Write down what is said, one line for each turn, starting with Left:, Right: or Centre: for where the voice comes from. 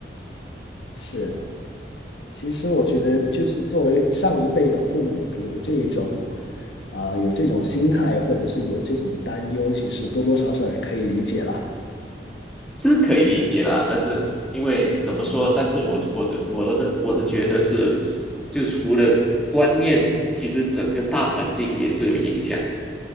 Left: 是，其实我觉得就是作为上一辈的父母，有这种啊、有这种心态，或者是有这种担忧，其实多多少少也可以理解了。
Centre: 是可以理解啦，但是因为怎么说？但是我我的我的我的觉得是，就除了观念，其实整个大环境也是有影响。